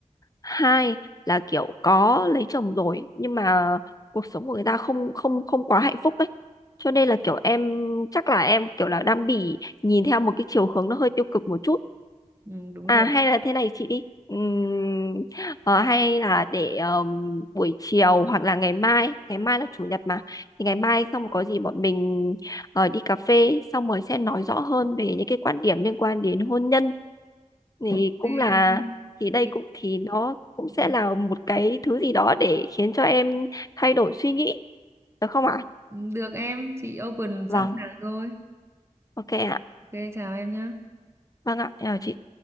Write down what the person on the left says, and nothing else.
hai là kiểu có lấy chồng rồi nhưng mà cuộc sống của người ta không không không quá hạnh phúc ấy cho nên là kiểu em chắc là em kiểu là đang bị nhìn theo một cái chiều hướng nó hơi tiêu cực một chút
à
hay là thế này chị đi Ừm, ờ, hay là để ờm, buổi chiều hoặc là ngày mai ngày mai là chủ nhật mà thì ngày mai xong rồi có gì bọn mình ờ, đi cà phê xong rồi sẽ nói rõ hơn về những cái quan điểm liên quan đến hôn nhân thì
cũng là
thì đây
cũng thì nó cũng
sẽ là một cái thứ gì đó để khiến cho em thay đổi suy nghĩ được không ạ?
Vâng,
ok ạ.
Vâng ạ, em chào chị.